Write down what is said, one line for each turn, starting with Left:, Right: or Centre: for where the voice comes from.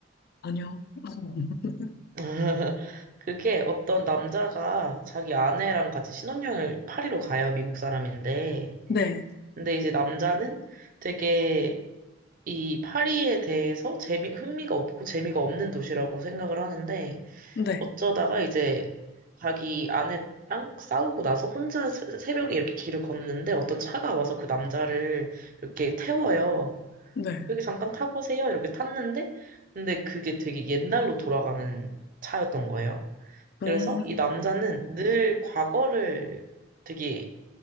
Left: 아니요. <laughs>
Right: <laughs> 그게 어떤 남자가 자기 아내랑 같이 신혼여행을 파리로 가요, 미국 사람인데.
Left: 네,
Right: 근데 이제 남자는 되게 이 파리에 대해서 재미, 흥미가 없고 재미가 없는 도시라고 생각을 하는데
Left: 네,
Right: 어쩌다가 이제 자기 아내랑 싸우고 나서 혼자 새- 새벽에 이렇게 길을 걷는데 어떤 차가 와서 그 남자를 이렇게 태워요.
Left: 네.
Right: 여기 잠깐 타보세요. 이렇게 탔는데 근데 그게 되게 옛날로 돌아가는 차였던 거예요. 그래서
Left: 음,
Right: 이 남자는 늘 과거를 되게